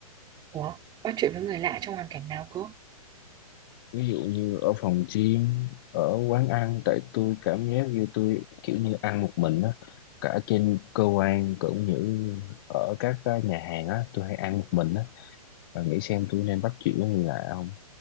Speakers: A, on the right; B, on the left.
A: Ủa, bắt chuyện với người lạ trong hoàn cảnh nào cơ?
B: ví dụ như ở phòng gym ở quán ăn tại tôi cảm giác như tôi kiểu như ăn một mình á cả trên cơ quan cũng như ở các ờ, nhà hàng á tôi hay ăn một mình á và nghĩ xem tôi nên bắt chuyện với người lạ không